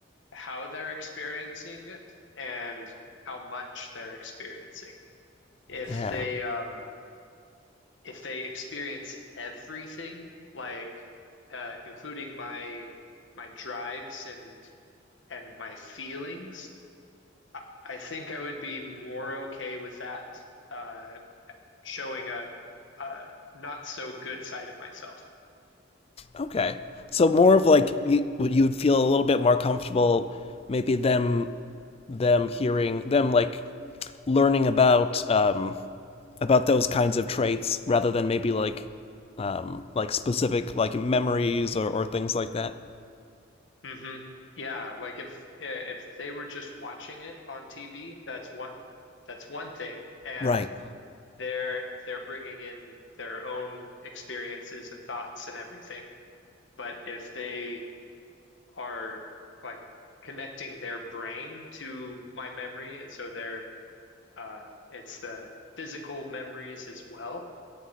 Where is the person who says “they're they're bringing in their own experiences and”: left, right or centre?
Left